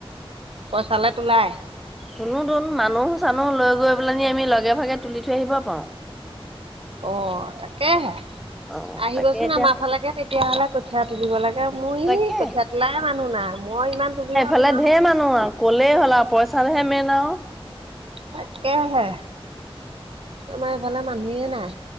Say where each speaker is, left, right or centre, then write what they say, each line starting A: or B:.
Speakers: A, on the right; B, in the centre.
A: পইচালৈ তোলাই?
B: টোনো টোন মানুহ চানুহ লৈ গৈ পেলি আমি লগে ভাগে তুলি থৈ আহিব পাৰোঁ।
A: অ, তাকেহে।
B: অ
A: আহিবচোন
B: তাকে এতিয়া
A: আমাৰ ফালেকে তেতিয়াহলে কঠীয়া তুলিব লাগে মোৰ ই
B: তাকে
A: কঠীয়াত ওলাই মানুহ না মই ইমান তুলিব
B: <inaudible>
A: নোৱাৰোঁ
B: ধেৰ মানুহ আৰু। ক'লেই হ'ল আৰু পইচাহে মেইন আৰু।
A: তাকেহে। আমাৰ এইফালে মানুহে নাই,